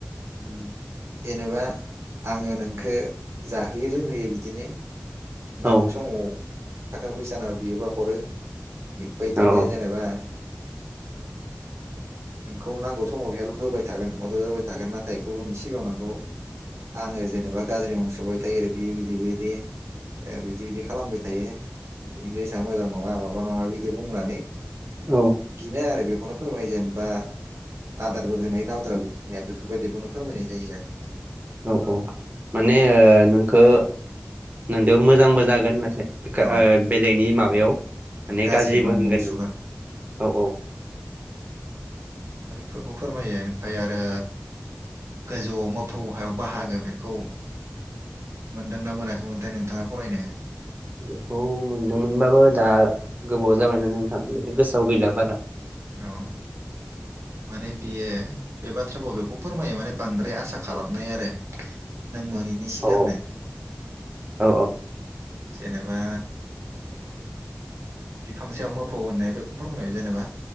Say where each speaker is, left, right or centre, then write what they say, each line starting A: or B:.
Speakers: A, on the right; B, on the right.
A: उम जेनेबा आङो नोंखो जाहोयो लोंहोयो बिद बिदिनो नांगौ
B: औ
A: समाव थाखा फैसाना बियोबा हरो। इफबायदिनो
B: औ
A: जेनेबा नोंखौ नांगौ समाव हेल्प होबाय थागोन मद'द होबाय थागोन नाथाय गुबुननि सिगाङाव नोंखौ आङो जेनेबा गाज्रि मुं सुबाय थायो आरै बियो बेयो बिदि बै बे ओ बिदि बिदि खालामबाय थायो। बिनि गोसोआ मोजां नङा मा बा नङा बिदि बुंनानै
B: औ
A: बिनो आरो बेखौनो फोरमायो जेनबा आदारबो होनाय नावद्राबो बुनाया बेफोरबायदिखौनो फोरमायनाय जायो आरो।
B: औ औ माने ओ नोंखौ नोंदो मोजांबो जागोन नाथाय गा
A: औ
B: ओ बेलेगनि माबायाव माने
A: गाज्रि
B: गाज्रिबो
A: बुं
B: होनगोन
A: बुं सुगोन
B: नों औ औ।
A: हारुफोरखौ फोरमायो ओमफ्राय आरो गोजौआव मोफौ हायाव बाहागो बेखौ मोनदोंना मोनाखैमोनथाय नोंथाङा फरायनो?
B: बेखौ मोनदोंमोनबाबो दा गोबाव आ जाबायना नों गोसोआव गैला बारा।
A: औ। माने बियो बे बाथ्राखौ बेखौ फोरमायो माने बांद्राय आसा खालामनाय आरो। <inaudible> नों मोनैनि सिगांनो।
B: औ
A: <inaudible>
B: औ
A: जेनेबा बिफां सायाव मोफौ होननाया बेखौनो फोरमायो। जेनेबा